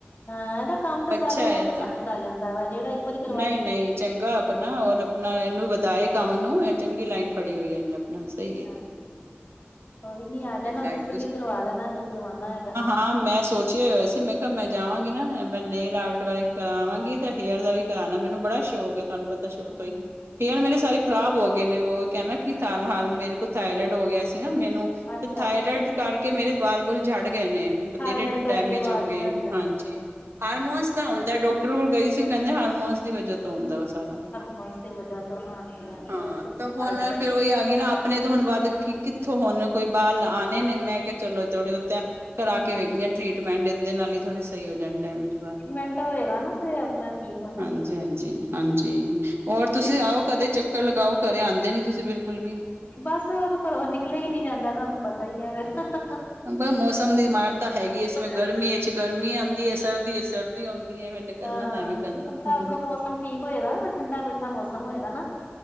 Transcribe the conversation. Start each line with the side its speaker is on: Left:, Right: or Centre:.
Left: ਹਾਂ ਏਦਾ ਕੰਮ ਤਾਂ
Right: ਅੱਛਾ
Left: ਸਾਰੇਆਂ
Right: ਹੈ
Left: ਨੂੰ ਪਸੰਦ
Right: ਤਾਂ
Left: ਆ ਜਾਂਦਾ ਵਾ, ਜੇੜਾ ਇੱਕ ਵਾਰੀ ਕਰਵਾਆ
Right: ਨਹੀਂ-ਨਹੀਂ ਚੰਗਾ ਆਪਣਾ ਔਰ ਆਪਣਾ ਏਨੂੰ ਵਧਾਏ ਕੰਮ ਨੂੰ ਏ ਚੰਗੀ ਲਾਈਨ ਫੜੀ ਹੋਈ ਐ ਏਨੇ ਆਪਣਾ ਸਈ
Left: ਹਾਂ ਕੋਈ ਨੀ ਆ ਜਾਣਾ
Right: ਹੈ ਲਾਈਨ
Left: ਤੁਸੀਂ ਵੀ ਕਰਵਾ ਲੈਣਾ ਜੋ ਕਰਵਾਣਾ ਹੈਗਾ।
Right: ਹਾਂ ਮੈਂ ਸੋਚੇਆ ਹੀ ਹੋਇਆ ਸੀ ਮੈਂ ਕੇਆ ਮੈਂ ਜਾਵਾਂਗੀ ਨਾ ਮੈਂ ਨੇਲ ਆਰਟ ਬਾਰੇ ਕਰਾਵਾਂਗੀ ਤੇ ਹੇਅਰ ਦਾ ਵੀ ਕਰਾਣਾ ਮੈਨੂੰ ਬੜ ਸ਼ੌਕ ਐ ਤੁਆਨੂੰ ਪਤਾ। ਸ਼ੁਰੂ
Left: ਹਮ
Right: ਤੋਂ ਈ। ਹੇਅਰ ਮੇਰੇ ਸਾਰੇ ਖ਼ਰਾਬ ਹੋ ਗਏ ਨੇ ਓ ਕੈਣਾ ਕਿ ਹ ਮੇਰੇ ਕੋਲ ਥਾਇਰੋਇਡ ਹੋ ਗੇਆ ਸੀ। ਨਾ ਮੈਨੂੰ।
Left: ਅੱਛਾ
Right: ਤੇ ਥਾਇਰੋਇਡ
Left: ਅੱਛਾ
Right: ਕਰਕੇ ਮੇਰੇ ਬਾਲ ਬੁਲ ਜੜ ਗਏ ਨੇ, ਬਥੇਰੇ
Left: ਥਾਇਰਡ ਕਰਕੇ
Right: ਡੈਮੇਜ
Left: ਵਾਲ
Right: ਹੋ ਗਏ,
Left: ਝੜ ਜਾਂਦੇ
Right: ਹਾਂਜੀ।
Left: ਆ ਹੂੰ ਹੂੰ
Right: ਹਾਰਮੋਨਸ ਦਾ ਹੁੰਦਾ ਡਾਕਟਰ ਕੋਲ ਗਈ ਸੀ, ਓ ਕੇਂਦੇ ਹਾਰਮੋਨਸ ਦੀ ਵਜਾ ਤੋਂ ਹੁੰਦਾ ਵਾ ਸਾਰਾ।
Left: ਹਾਰਮੋਨਸ ਦੀ ਵਜਾ ਤੋ ਨਾ ਅੰਦਰੋ ਅੰਦਰ
Right: ਹਾਂ
Left: ਓ ਤਾ
Right: ਤਾਂ ਹੁਣ
Left: ਹਾਂਜੀ -ਹਾਂਜੀ।
Right: ਫੇਰ ਉਹੀ ਆ ਗਈ ਨਾ ਆਪਣੇ ਤੋ ਹੁਨ ਵੱਧ ਕਿ ਕਿੱਥੋਂ ਹੁਣੇ ਕੋਈ ਬਾਲ ਆਣੇ ਨੇ ਮੈਂ ਕੇਆ ਚਲੋ ਜੋੜਓ ਤਾਂ ਕਰਾ
Left: ਹੂੰ
Right: ਕੇ ਵੇਖਣੀ ਟ੍ਰਰੀਟਮੈਂਟ ਏਦੇ ਨਾਲ ਈ ਥੋੜੇ ਸਹੀ ਹੋ ਜਾਣ ਡੈਮੇਜ ਵਾਲ।
Left: ਮਿੰਟ ਹੋਏਗਾ ਨਾ। ਅ ਤੇ ਆਪਣਾ ਠੀਕ ਹੋ ਜਾਣਾ।
Right: ਹਾਂਜੀ ਹਾਂਜੀ ਹਾਂਜੀ। ਹੋਰ ਤੁਸੀਂ ਆਓ ਕਦੇ ਚੱਕਰ ਲਗਾਓ ਘਰੇ ਆਦੇ ਨੀ ਤੁਸੀਂ ਬਿਲਕੁਲ ਵੀ।
Left: ਬਸ ਹੋਰ ਘਰੋ ਨਿਕਲਿਆ ਈ ਨਈ ਜਾਂਦਾ ਤੁਆਨੂੰ ਪਤਾ ਈ ਆ ਫਿਰ ਹਹ
Right: ਕੇਂਦੇ ਮੌਸਮ ਦੀ ਇਮਾਰਤਾ ਹੈਗੀ ਆ ਇਸ ਸਮੇਂ
Left: ਹੈ
Right: ਗਰਮੀ
Left: ਨਾ
Right: ਚ ਗਰਮੀ ਆਦੀ ਏ। ਸਰਦੀ ਚ ਸਰਦੀ ਆਉਂਦੀ। ਹੈ ਫਿਰ ਨਿਕਲਣਾ
Left: ਆਂ,
Right: ਤਾਂ ਐਵੇਂ ਪੈਂਦਾ
Left: ਆਪਣਾ
Right: ਹਾਂਜੀ
Left: ਅੱਗੋਂ ਮੌਸਮ ਠੀਕ ਹੋਏਗਾ ਨਾ। ਠੰਡਾ ਮਿੱਠਾ ਮੌਸਮ ਹੋਏਗਾ
Right: ਹਾਂਜੀ
Left: ਨਾ।